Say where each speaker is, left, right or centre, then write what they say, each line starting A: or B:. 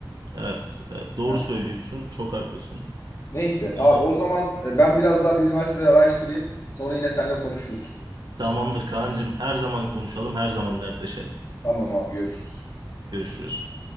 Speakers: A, on the right (about 60°); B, on the left (about 40°).
A: Evet, evet, doğru
B: Ha,
A: söylüyorsun. Çok haklısın.
B: Neyse
A: E,
B: abi o zaman e, ben biraz daha bir üniversiteleri araştırayım. Sonra yine seninle konuşuruz.
A: tamamdır Kaan'cığım. Her zaman konuşalım, her zaman dertleşelim.
B: Tamam abi görüşürüz.
A: Görüşürüz.